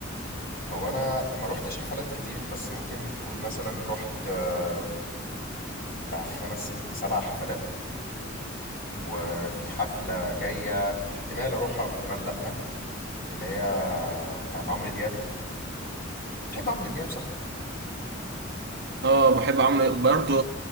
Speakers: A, on the left; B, on the right.
A: هو انا ما روحتش حفلات كتير بس ممكن تقول مثلا رحت آه، بتاع خمس ست سبع حفلات وفي حفلة جاية احتمال أروحها واحتمال لأ اللي هي بتاعت عمرو دياب بتحب عمرو دياب صح؟
B: اه بحب عمرو برضه